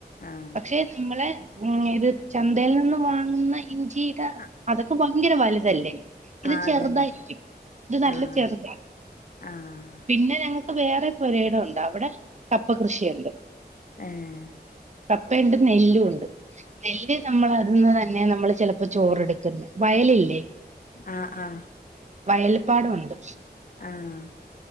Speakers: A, on the left (about 55°); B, on the right (about 45°).
A: ആഹ്
B: പക്ഷേ നമ്മള് ഉം ഇത് ചന്തയിൽ നിന്ന് വാങ്ങുന്ന ഇഞ്ചീട
A: അഹ്
B: അതൊക്കെ ഭയങ്കര വലുതല്ലേ ഇത്
A: അതന്നെ
B: ചെറുതായിരിക്കും ഇത് നല്ല
A: ആഹ്
B: ചെറുതാ
A: ആഹ്
B: പിന്നെ ഞങ്ങൾക്ക് വേറെ പുരയിടം ഒണ്ട് അവിടെ കപ്പ കൃഷിയെണ്ട്
A: ഏഹ്
B: കപ്പയെണ്ട് നെല്ലുവൊണ്ട് നെല്ല് നമ്മള് അതിന്ന് തന്നെ നമ്മള് ചെലപ്പൊ ചോറെടു ക്കുന്നു വയല ഇല്ലേ
A: ആഹ് ആഹ്
B: വയൽപ്പാടം ഒണ്ട്
A: ആഹ്